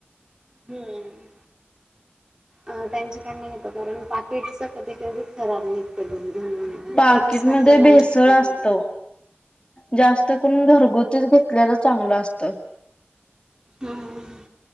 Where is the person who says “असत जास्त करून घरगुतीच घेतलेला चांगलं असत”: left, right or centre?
Left